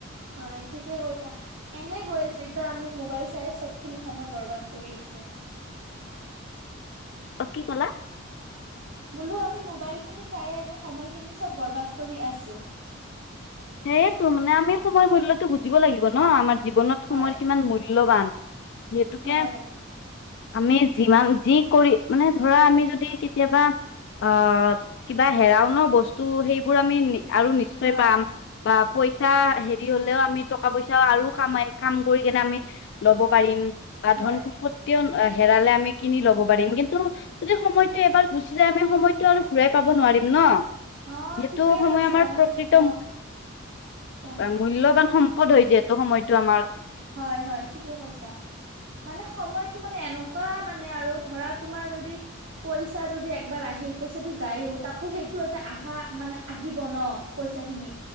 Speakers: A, on the right; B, on the left.
A: হয় ঠিকে কৈছা। এনে গৈ আছে, এতিয়া আমি মোবাইল চাই চব খিনি সময় বৰবাদ কৰি আছো।
B: অ কি কলা?
A: বোলো আমি মোবাইল খিনি চাই আমি সময়খিনি চব বৰবাদ কৰি আছো।
B: সেয়েতো মানে আমি সময়ৰ মূল্যটো বুজিব লাগিব ন, আমাৰ জীৱনত
A: হয়
B: সময়ৰ কিমান মূল্যবান। যিহেতুকে-
A: হয়
B: আমি যিমান যি কৰি মানে ধৰা আমি যদি কেতিয়াবা, অ কিবা হেৰাও ন বস্তু সেইবোৰ আমি আৰু নিশ্চয়
A: হয়
B: পাম, বা পইচা হেৰি হলেও আমি টকা পইচাও আৰু কামাই কাম কৰি কেনে আমি - ল'ব পাৰিম বা
A: হয়
B: ধন সম্পত্তিও হেৰালে আমি কিনি লব পাৰিম। কিন্তু যদি সময়টো এবাৰ গুচি যায় আমি সময়টো আৰু ঘূৰাই পাব নোৱাৰিম ন।
A: অ
B: যিহেতু
A: ঠিকে
B: সময়
A: কৈছা
B: আমাৰ
A: মানে
B: প্ৰকৃত
A: অ কোৱা
B: মূল্যবান সম্পদ হয় যিহেটো সময়তো আমাৰ।
A: হয় হয় ঠিকে কৈছা। মানে সময়তো মানে এনেকোৱা মানে আৰু ধৰা তোমাৰ যদি, পইচা যদি একবাৰ আহিল পইচাটো যায়ো, তাকো সেইটো এটা আহা মানে আহিব ন। পইচা খিনি